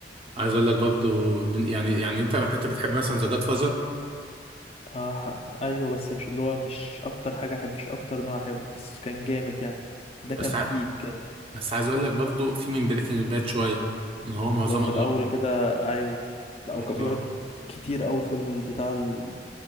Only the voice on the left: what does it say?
اه ح- ايوه بس مش اللي هو مش اكتر حاجه احب مش اكتر نوع احبه بس كان جامد يعني ده
كان
بيك كده
اللي هو في الاول
كده ايوه لا
وكان بيقعد كتير قوي في ال- بتاع ال-